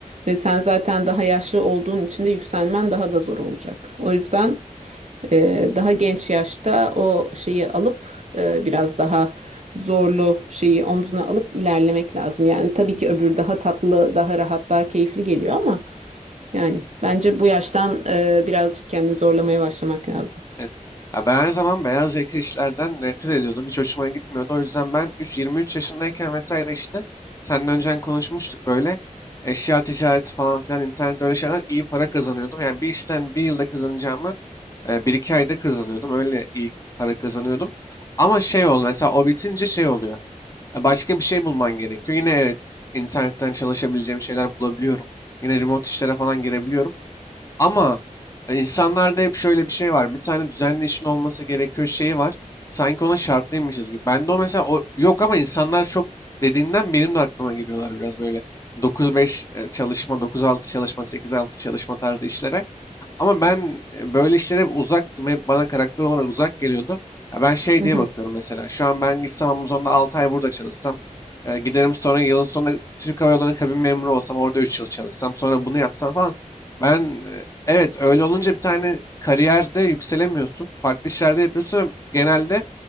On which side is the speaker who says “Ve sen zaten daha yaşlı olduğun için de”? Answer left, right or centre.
Right